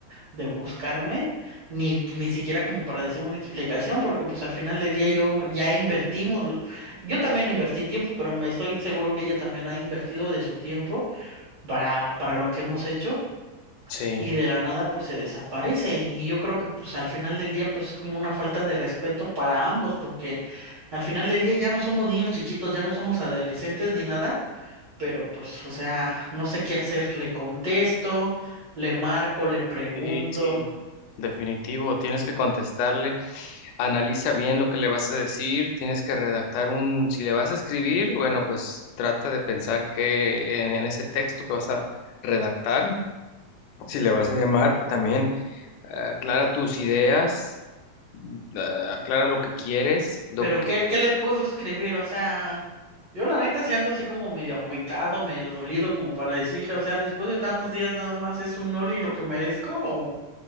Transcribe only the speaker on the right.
de buscarme, ni, ni siquiera como para decir una explicación, porque pues al final del día yo ya invertimos, lo- yo también invertí tiempo, pero me estoy seguro que ella también ha invertido de su tiempo para, para lo que hemos hecho,
y de la nada pues se desaparece, y yo creo que pues al final del día pues es como una falta de respeto para ambos, porque al final del día ya no somos niños chiquitos, ya no somos adolescentes ni nada pero pues, o sea, no sé qué hacer. Le contesto, le marco, le pregunto,
pero
¿qué, qué le puedo escribir? O sea, yo la neta se ando así como medio agüitado, medio dolido, como para decirle, o sea, después de tantos días nada más es un Oli lo que merezco, o,